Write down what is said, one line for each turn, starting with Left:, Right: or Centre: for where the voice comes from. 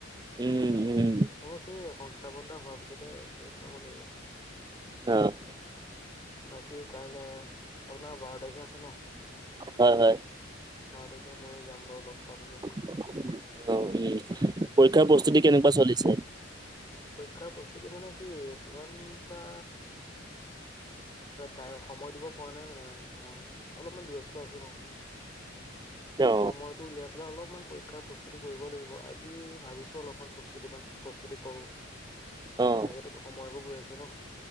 Right: উম উম।
Left: মোৰ সেই সংস্থাপন এটা হোৱাৰ পিছতে চাব লাগিব
Right: অ
Left: বাকী কাই আপোনাৰ বাৰ তাৰিখে আছে ন
Right: হয় হয়
Left: বাৰ তাৰিখে ময়ো যাম বাৰু লগ পাম দিয়ক
Right: অ উম পৰীক্ষাৰ
Left: উম
Right: প্ৰস্তুতি কেনেকুৱা চলিছে
Left: পৰীক্ষাৰ প্ৰস্তুতি মানে কি ইমানটা তাই সময় দিব পৰা নাই মানে মই অলপমান ব্যস্ত আছো ন
Right: অ'।
Left: সময়তটো উলিয় এইলে অলপমান পৰীক্ষাৰ প্ৰস্তুতি কৰিব লাগিব আজি ভাবিছোঁ অলপমান প্ৰস্তুতি প্ৰস্তুতি কৰো
Right: অ'
Left: তেনেকেতো সময়বোৰ গৈ আছে ন